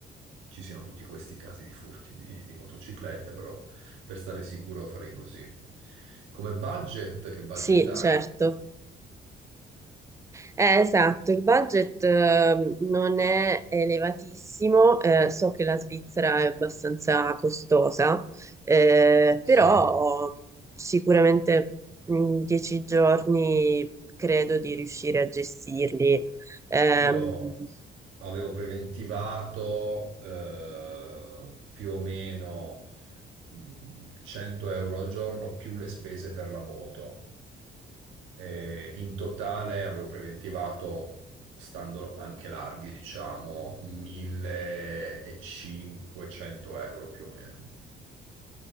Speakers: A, on the right; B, on the right.
A: ci siano tutti questi casi di furti di, di motociclette, però per stare sicuro farei così. Come budget, che budget
B: sì,
A: hai?
B: certo. Eh, esatto, il budget eh, non è elevatissimo, eh, so che la Svizzera è abbastanza costosa, eh,
A: Sì,
B: però mh, sicuramente mh, dieci giorni credo di riuscire a gestirli. Ehm,
A: io avevo preventivato eh, più o meno mh, 100 euro al giorno più le spese per la moto. E in totale avevo preventivato, stando anche larghi, diciamo, 1500 euro più o meno.